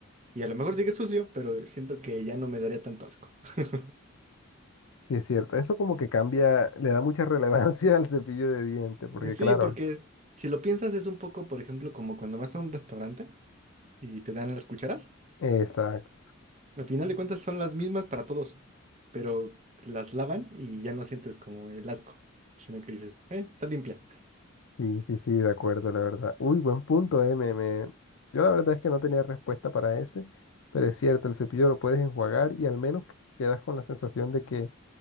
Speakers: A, on the right (about 35°); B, on the left (about 80°).
A: y a lo mejor sigue sucio, pero siento que ya no me daría tanto asco. <laughs>
B: Sí es cierto. Eso como que cambia, le da mucha relevancia <laughs> al cepillo de dientes, porque
A: Sí,
B: claro,
A: porque es- si lo piensas es un poco, por ejemplo, como cuando vas a un restaurante y te dan las cucharas.
B: exacto.
A: Al final de cuentas son las mismas para todos, pero las lavan y ya no sientes como el asco, sino que dices, eh, está limpia.
B: Sí, sí, sí, de acuerdo, la verdad. Uy, buen punto, eh. me- me- Yo la verdad es que no tenía respuesta para ese, pero es cierto, el cepillo lo puedes enjuagar y al menos que- quedas con la sensación de que